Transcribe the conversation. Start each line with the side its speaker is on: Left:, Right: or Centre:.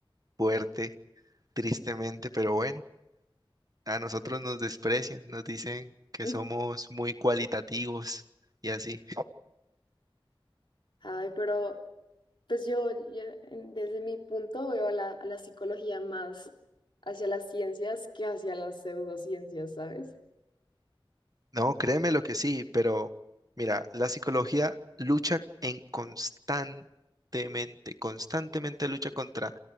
Right: fuerte, tristemente, pero bueno, a nosotros nos desprecian, nos dicen que
Left: <laughs>
Right: somos muy cualitativos y así.
Left: Ay, pero pues yo, yo, en- desde mi punto veo a la, a la psicología más hacia las ciencias que hacia las pseudociencias, ¿sabes?
Right: No, créeme lo que sí, pero mira, la psicología lucha en constantemente, constantemente lucha contra